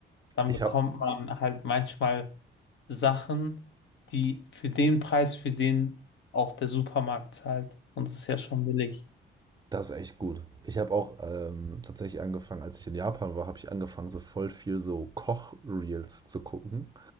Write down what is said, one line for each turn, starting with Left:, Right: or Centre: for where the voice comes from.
Left: Dann
Right: Ich
Left: bekommt
Right: habe
Left: man halt manchmal Sachen, die für den Preis, für den auch der Supermarkt zahlt. Und das ist ja schon billig.
Right: das ist echt gut. Ich habe auch ähm, tatsächlich angefangen, als ich in Japan war, habe ich angefangen, so voll viel so Koch-Reels zu gucken.